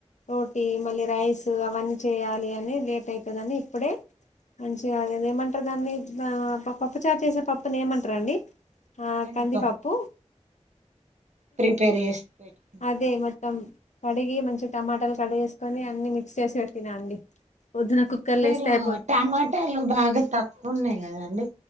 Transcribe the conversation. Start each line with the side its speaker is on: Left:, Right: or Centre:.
Left: రోటీ మళ్ళి రైస్ అవన్నీ చేయాలి అని లేట్ అయిపోందిని ఇప్పుడే మంచిగా ఏమంటారు దాన్ని పప్పుచారు చేసే పప్పుని ఏమంటార అండి ఆ
Right: కందిపప్పు
Left: తందిపప్పు
Right: ప్రిపేర్ చేసి పెట్టుకున్నావా
Left: అదే మొత్తం కడిగి మంచి టమాటాలు కడిగేసుకొని అన్ని చేసి పెట్టిన అండి పొద్దున కుక్కర్లో
Right: మీరు
Left: వేస్తే అయిపోద్ది
Right: టమాటాలు బాగా తక్కువ ఉన్నాయి కదాండి